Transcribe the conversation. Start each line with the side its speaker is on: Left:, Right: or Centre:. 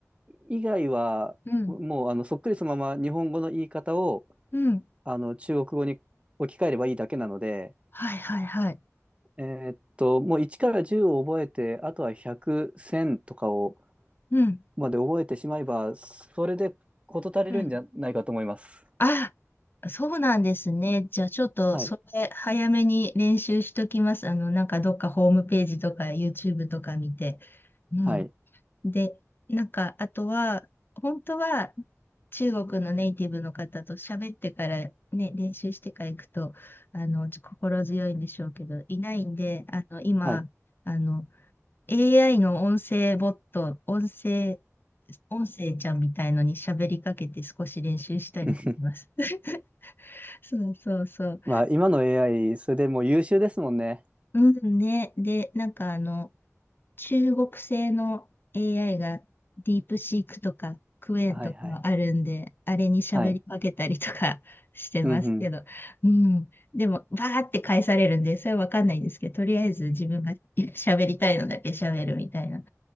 Right: 以外は、
Left: うん、
Right: もうあのそっくりそのまま日本語の言い方を
Left: うん。
Right: あの中国語に置き換えればいいだけなので、
Left: はいはいはい。
Right: えーっと、もう1から10を覚えて、あとは100、1000とかを
Left: うん、
Right: まで覚えてしまえば、それで事足りるんじゃないかと思います。
Left: うん。あ、そうなんですね。じゃあちょっとそれ早めに練習しときます。
Right: はい、
Left: あの、なんかどっかホームページとか YouTube とか見て。うん。
Right: はい、
Left: で、なんかあとは、本当は中国のネイティブの方と喋ってからね、練習してから行くと、あの、心強いんでしょうけど、いないんで、あの、今、
Right: はい。
Left: あの、AI の音声ボット、音声、音声ちゃんみたいのに喋りかけて少し練習したりします。
Right: <laughs>
Left: <laughs> そうそうそう。
Right: まあ、今の AI、それでもう優秀ですもんね。
Left: うんね。で、なんかあの、中国製の AI がディープシークとかクエンとかあるんで、
Right: はい、はい、
Left: あれに喋りかけたりとか
Right: はい。
Left: <laughs> してますけど、
Right: うん、うん。
Left: うん。でも、バーって返されるんで、それはわかんないんですけど、とりあえず自分が <laughs> 喋りたいのだけ喋るみたいな。